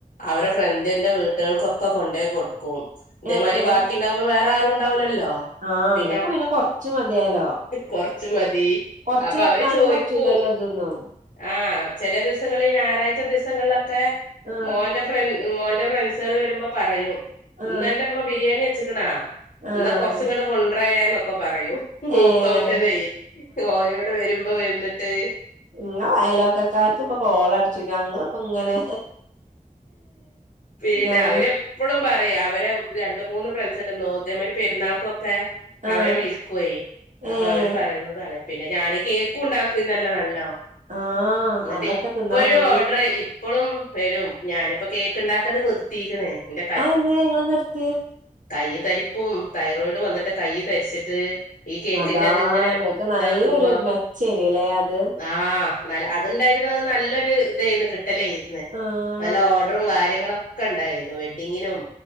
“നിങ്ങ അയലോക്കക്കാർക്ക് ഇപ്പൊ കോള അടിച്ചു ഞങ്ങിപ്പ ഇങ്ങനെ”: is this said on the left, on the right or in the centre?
Right